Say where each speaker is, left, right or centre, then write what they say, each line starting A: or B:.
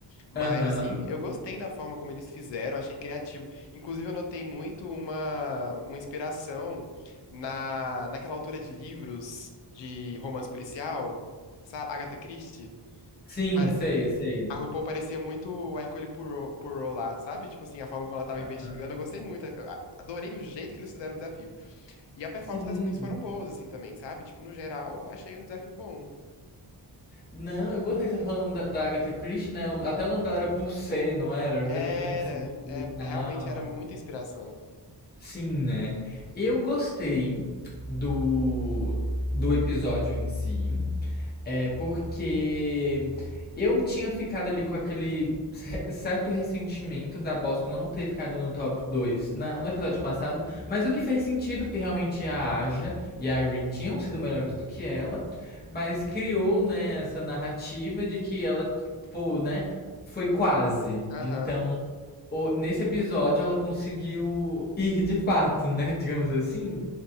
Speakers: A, on the left; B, on the left.
A: Mas,
B: Aham.
A: assim, eu gostei da forma como eles fizeram, achei criativo. Inclusive, eu notei muito uma, uma inspiração na, naquela autora de livros de romance policial, sabe? Agatha Christie.
B: Sim,
A: Pare-
B: sei, sei.
A: A RuPaul parecia muito o Hercule Poirot, Poirot lá, sabe? Tipo assim, a forma como ela tava
B: Aham.
A: investigando, eu gostei muito. a- a- Adorei o jeito que eles fizeram o desafio. E a performance
B: Sim.
A: das queens foram boas, assim, também, sabe? Tipo, no geral, eu achei um desafio bom.
B: Não, eu gostei, você tá falando da, da Agatha Christie, né? O- Até o nome dela era Pulsé, não era? Era Uma
A: Era,
B: coisa francesa e
A: é,
B: tal.
A: realmente era muita inspiração.
B: Sim, né? Eu gostei do, do episódio em si. É porque eu tinha ficado ali com aquele ce- certo ressentimento da Bosco não ter ficado no top 2 na- no episódio passado, mas o que fez sentido, porque realmente a Aja e a Irene tinham sido melhores do que ela,
A: Sim.
B: mas criou, né, essa narrativa de que ela, pô, né, foi quase.
A: Aham.
B: Então, o- nesse episódio ela conseguiu ir de fato, né, <laughs> digamos assim.